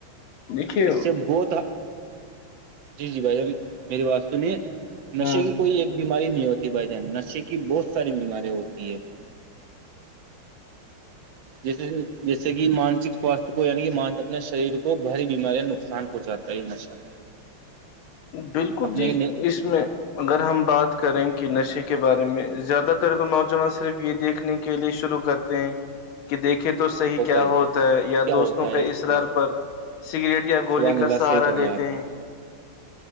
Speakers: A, on the left (about 80°); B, on the right (about 70°).
A: دیکھیے
B: اس سے بہت جی جی بھائی میری وا سنی نشے
A: ہوں
B: کی کوئی ایک بیماری نہیں ہوتی بھائی جان نشے کی بہت ساری بیمارییا ہوتی ہے <inaudible> جیسے جیسے کہ مانسک سواستھ کو یعنی کہ اپنا شریر کو بھاری بیماریاں نقصان کوچاتا ہے ہی نشہ
A: بالکل
B: اپنے
A: جی اس میں اگر ہم بات کریں کہ نشے کے بارے میں زیادہ تر تو نوجوان صرف یہ دیکھنے کے لیے شروع کرتے ہیں کہ دیکھ تو صحیح کیا
B: ہے اس
A: ہوتا
B: سے
A: ہے یا
B: کیا
A: دوستوں
B: ہوتا ہے
A: کے
B: اس
A: ارار
B: سے
A: پر سگریٹ یا گولی
B: سبحان اللہ
A: کا سہارا
B: صحیح فرمایا
A: لیتے
B: آپ نے
A: ہیں